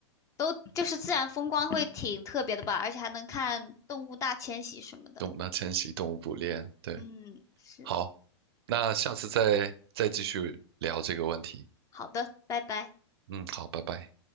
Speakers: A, on the left (about 20°); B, on the right (about 60°).
A: 都就是自然风光会挺特别的吧，而且还能看动物大迁徙什么的。
B: 懂得珍惜，动物捕猎。对，
A: 嗯，是，
B: 好，那下次再再继续聊这个问题。
A: 好的，拜拜。
B: 嗯，好，拜拜。